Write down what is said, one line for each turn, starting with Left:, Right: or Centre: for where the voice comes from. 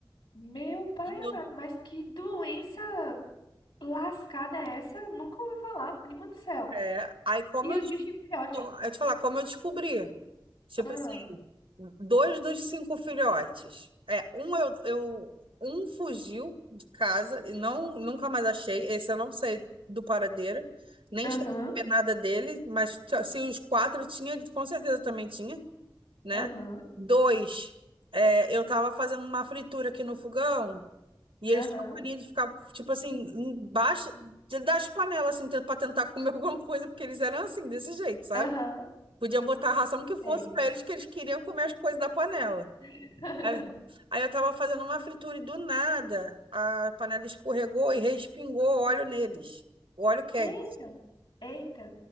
Left: Meu pai
Right: E
Left: amado,
Right: eu,
Left: mas que doença Lascada é essa? Nunca ouvi falar, prima do céu.
Right: é, aí como
Left: E
Right: eu,
Left: os
Right: desco-
Left: bichinhos filhote?
Right: eu te falar, como eu descobri? Tipo
Left: Ah,
Right: assim, dois dos cinco filhotes. É, um eu, eu um fugiu de casa e não nunca mais achei. Esse eu não sei do paradeiro, nem
Left: aham,
Right: cheguei a ver nada dele, mas t- se os quatro tinha, ele com certeza também tinha, né?
Left: aham,
Right: Dois, é, eu tava fazendo uma fritura aqui no fogão e eles
Left: aham,
Right: tinham mania de ficar, tipo assim, embaixo de- das panelas, assim, pra tentar comer <laughs> alguma coisa, porque eles eram assim, desse jeito, sabe?
Left: aham.
Right: Podia botar a ração que fosse
Left: Sei.
Right: pra eles, que eles queriam comer as coisas da panela.
Left: <laughs>
Right: É. Aí eu tava fazendo uma fritura e do nada a panela escorregou e respingou óleo neles. O óleo quente.
Left: Eita, eita.